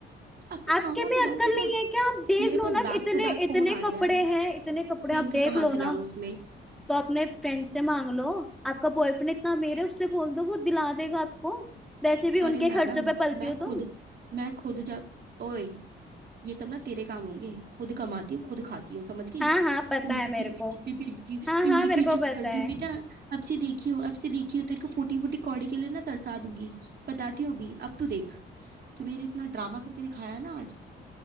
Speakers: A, on the right; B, in the centre.
A: तो अब मैं
B: आपके
A: कहाँ
B: में
A: से जाऊँ
B: अक्ल
A: मेरे
B: नहीं
A: पास
B: है क्या आप देख
A: मेरे
B: लो
A: पास
B: ना कि
A: बैक
B: इतने
A: टू बैक
B: इतने
A: फोन आ रहे
B: कपड़े
A: हैं
B: हैं इतने कपड़े
A: पिंक
B: आप देख
A: कहाँ
B: लो
A: से
B: ना
A: लाऊं उसमें
B: तो अपने फ्रेंड से मांग लो आपका बॉयफ्रेंड इतना अमीर है उससे बोल दो वो दिला देगा आपको वैसे भी उनके
A: अरे मैडम
B: खर्चों पे पलती
A: मैं
B: हो
A: खुद
B: तुम
A: मैं खुद जा ओए ये सब ना तेरे काम होंगे खुद कमाती हूँ खुद खाती हूँ समझ गई
B: हाँ हाँ पता
A: उनकी
B: है मेरे
A: खर्चे
B: को
A: पे फिरती हूँ
B: हाँ हाँ
A: उनकी
B: मेरे
A: खर्चे
B: को
A: पे
B: पता
A: करती
B: है
A: हूँ बेटा अब से देखियो अब से देखियो तेरे को फूटी फूटी कौड़ी के लिए ना तरसा दूंगी बताती हूँ अभी अब तो देख तूने जो इतना ड्रामा करके दिखाया ना आज